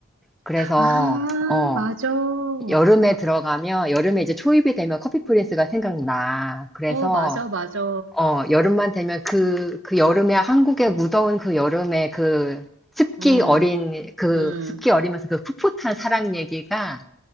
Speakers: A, in the centre; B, on the right.
A: 그래서,
B: 아,
A: 어,
B: 맞아. 어,
A: 여름에 들어가면, 여름에 이제 초입이 되면 커피 프린스가 생각나. 그래서,
B: 맞아, 맞아.
A: 어, 여름만 되면 그, 그 여름에 한국의 무더운 그 여름에 그 습기
B: 응,
A: 어린, 그
B: 응,
A: 습기 어리면서 그 풋풋한 사랑 얘기가